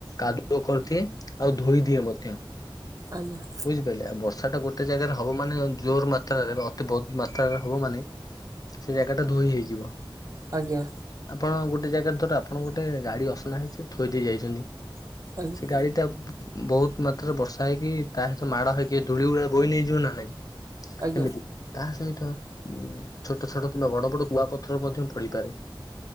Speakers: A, on the left; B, on the right.
A: କାଦୁଅ କରିଦିଏ ଆଉ ଧୋଇ ଦିଏ ମଧ୍ୟ।
B: ଆଜ୍ଞା।
A: ବୁଝିପାଇଲେ ଆଉ ବର୍ଷାଟା ଗୋଟେ ଜାଗାରେ ହବ ମାନେ ଜୋର ମାତ୍ରାରେ ବା ଅତି ବୋହୁତ ମାତ୍ରାରେ ହବ ମାନେ ସେ ଜାଗାଟା ଧୋଇ ହେଇଯିବ।
B: ଆଜ୍ଞା।
A: ଆପଣ ଗୋଟେ ଜାଗାରେ ଧର ଆପଣଙ୍କୁ ଗୋଟେ ଗାଡ଼ି ଅସନା ହେଇଚି ଥୋଇଦେଇ ଯାଇଚନ୍ତି
B: ଆଜ୍ଞା।
A: ସେ ଗାଡିଟା ବୋହୁତ ମାତ୍ରାରେ ବର୍ଷା ହେଇକି ତା ସହିତ ମାଡ଼ ହେଇକି ଧୂଳି ଗୁଡା ବୋହି ନେଇଯିବ ନା ନାଇଁ।
B: ଆଜ୍ଞା
A: କେମିତି? ତା ସହିତ ଉଁ ଛୋଟ ଛୋଟ କିମ୍ବା ବଡ ବଡ କୁଆପଥର ମଧ୍ୟ ପଡିପାରେ।